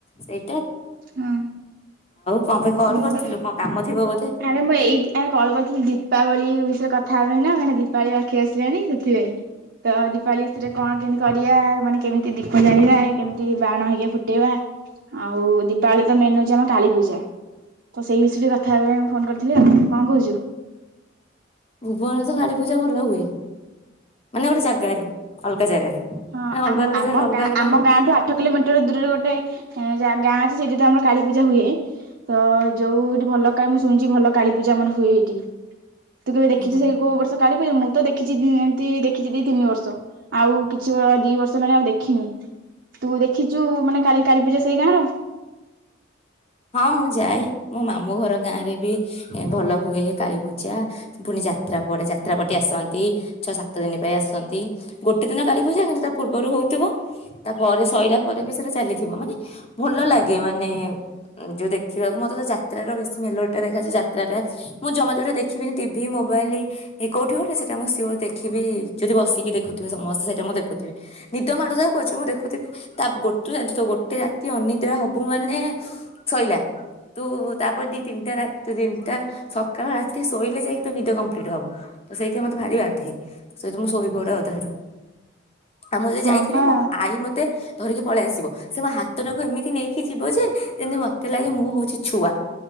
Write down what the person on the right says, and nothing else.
ହଁ
ଓହୋ
ଆରେ ମୁଁ ଏଇଥି ପାଇଁ କଲ୍ କରିଥିଲି ଦୀପାବଳି ଯୋଉ ବିଷୟରେ କଥା ହବା ପାଇଁ ନା କାଇଁ ନା ଦୀପାବଳି ପାଖେଇ ଆସିଲାଣି ସେଥିପାଇଁ ତ ଦୀପାବଳି ବିଷୟରେ କଣ କେମିତି କରିଆ? ମାନେ କେମିତି ଦୀପ ଜାଳିବା? କେମିତି ବାଣ ହେଇକା ଫୁଟେଇବା ଆଉ ଦି ପାଳି ତ ମେନ୍ ହଉଚି ଆମ କାଳୀ ପୂଜା ତ ସେଇ ବିଷୟରେ ଟିକେ କଥା ହେବା ପାଇଁ ମୁଁ ଫୋନ୍ କରିଥିଲି ଆଉ କଣ କହୁଚୁ?
ହଁ
ଆମ
ଆମ
ଗାଁ
ଆମ ଗାଁଠୁ ଆଠ କିଲୋମିଟର ଦୂରରେ ଗୋଟେ ଏଁ, ଯା ଗାଁ ଅଛି ସେଇଠି ତ ଆମର କାଳୀପୂଜା ହୁଏ, ତ ଯୋଉ ଏଠି ଭଲ କାଏ ମୁଁ ଶୁଣିଚି ଭଲ କାଳୀପୂଜା ଆମର ହୁଏ ଏଇଟି। ତୁ କେବେ
ଦେଖିଚୁ ସେ କୋଉ ବର୍ଷ କାଳୀପୂଜା ମୁଁ ତ ଦେ କିଛିି ଦିଅନ୍ତି ଦେଖିଚି ଦି ତିନି ବର୍ଷ ଆଉ କିଛି <unintelligible> ଦି ବର୍ଷ ହେଲାଣି ଆଉ ଦେଖିନି, ତୁ ଦେଖିଚୁ ମାନେ କାଲି କାଳୀ ପୂଜା ସେଇ ଗାଁର?
ହଁ
ପା